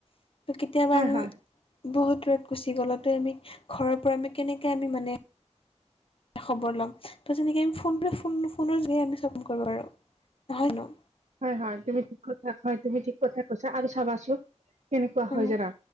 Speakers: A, on the left (about 50°); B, on the right (about 80°).
A: ' কেতিয়াবা।
B: হয় হয়
A: বহুত দূৰত গুচি গ'ল আমি ঘৰৰ পৰা আমি কেনেকে আমি মানে। এটা খবৰ ল'ম তো যেনেকৈ আমি ফোন পে ফোন ফোনৰ যোগে আমি চবোন কৰোঁ আৰু নহয় ন।
B: হয় হয় তুমি ঠিক কথা হয় তুমি ঠিক কথা কৈছা আৰু চাবাচোন কেনেকুৱা
A: উম
B: হয় জানা।